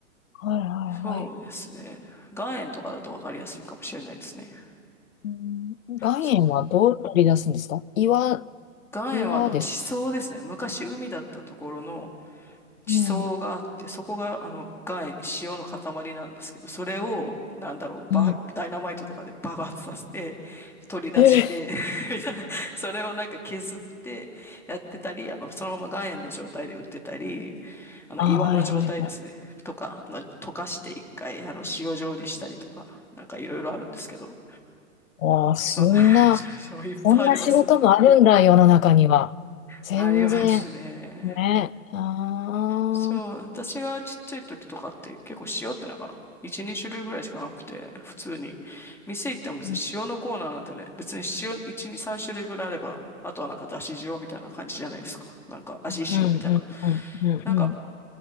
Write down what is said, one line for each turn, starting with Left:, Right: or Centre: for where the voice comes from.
Left: ー、はいは
Centre: そうですね。
Left: いはい。
Centre: 岩塩とかだとわかりやすいかもしれないですね。
Left: うん、岩塩はどう取り出すんですか岩、
Centre: そう岩塩はあの地層ですね。
Left: 岩です。
Centre: 昔海だったところの地層があって、
Left: うん。
Centre: そこがあの岩塩、塩の塊なんですけど、それを、なんだろう、ばダイナマイトとかで爆発させて、
Left: うん。
Centre: 取り出して
Left: ええ。
Centre: <laughs> みたいな <laughs> それをなんか削ってやってたり、あの、そのまま岩塩の状態で売ってたり、あの、
Left: ああ、
Centre: 岩の状態ですね、
Left: はいはいはい。
Centre: とか、あの、溶かして一回、あの、塩状にしたりとか、なんかいろいろあるんですけど、
Left: わあ、そんなこんな仕事もあるんだ、
Centre: そんな、<laughs> そういっぱいあります。
Left: 世の中には。全然、
Centre: ありますね。
Left: ね。ああ、
Centre: そう、私がちっちゃい時とかって結構塩ってなんか1、2種類ぐらいしかなくて、普通に。店行っても別に塩のコーナーなんでね、
Left: うん、
Centre: 別に塩1、2、3種類ぐらいあれば、あとはなんかだし塩みたいな感じじゃないですか。なんか味塩みたいな。
Left: うん、うん、うん、うんうん。
Centre: なんか